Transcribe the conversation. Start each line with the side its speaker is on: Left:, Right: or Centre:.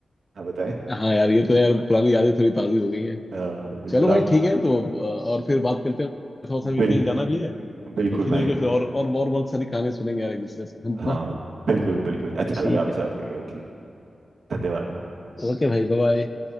Right: हाँ बताएं
Left: हाँ यार ये तो यार पुरानी यादें थोड़ी ताज़ी हो गई है
Right: अ, बिल्कुल
Left: चलो भाई
Right: आप
Left: ठीक है तो अ, और फिर बात करते हैं थोड़ा सा भी
Right: बिल,
Left: कहीं जाना भी है
Right: बिल्कुल
Left: तो फ्री
Right: भाई
Left: होके फिर और और और बहुत सारी कहानी सुनेंगे यार एक दूसरे से है
Right: हाँ
Left: ना
Right: बिल्कुल बिल्कुल अच्छा
Left: ठीक
Right: लगा आपसे
Left: है
Right: बात करके ओके धन्यवाद
Left: ओके भाई Bye bye.